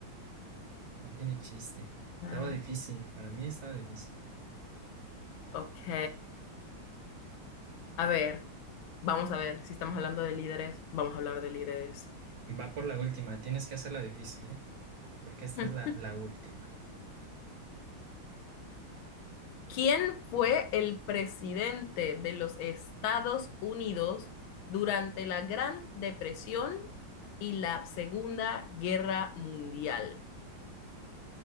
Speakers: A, on the right; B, on the left.
A: no tiene chiste.
B: Ah,
A: Estaba difícil, para mí estaba difícil.
B: Ok. A ver, vamos a ver si estamos hablando de líderes. Vamos a hablar de líderes.
A: Va por la última, tienes que hacerla difícil, ¿eh? Porque esta
B: Hmm.
A: es la, la última.
B: ¿Quién fue el presidente de los Estados Unidos durante la Gran Depresión y la Segunda Guerra Mundial?